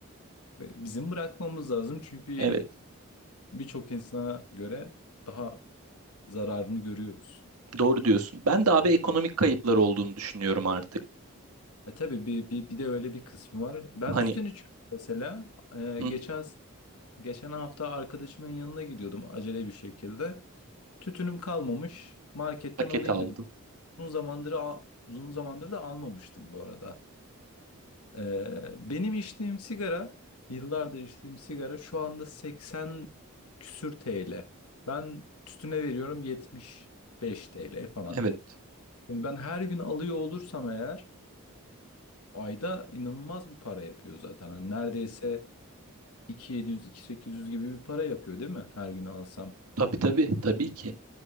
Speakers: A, on the left; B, on the right.
A: Ve bizim bırakmamız lazım çünkü
B: Evet,
A: birçok insana göre daha zararını görüyoruz.
B: doğru diyorsun. Ben de abi ekonomik kayıplar olduğunu düşünüyorum artık.
A: E tabii bir, bir, bir de öyle bir kısmı var. Ben
B: Hani
A: tütün içiyorum mesela. E,
B: hı,
A: geçen Geçen hafta arkadaşımın yanına gidiyordum acele bir şekilde. Tütünüm kalmamış. Marketten
B: paket
A: alayım
B: aldım.
A: dedim. Uzun zamandır al- uzun zamandır da almamıştım bu arada. Ee, benim içtiğim sigara, yıllardır içtiğim sigara şu anda 80 küsür TL. Ben tütüne veriyorum 75 TL falan.
B: Evet,
A: Şimdi ben her gün alıyor olursam eğer ayda inanılmaz bir para yapıyor zaten. Hani neredeyse 2700-2800 gibi bir para yapıyor değil mi her gün alsam?
B: tabii tabii, tabii ki.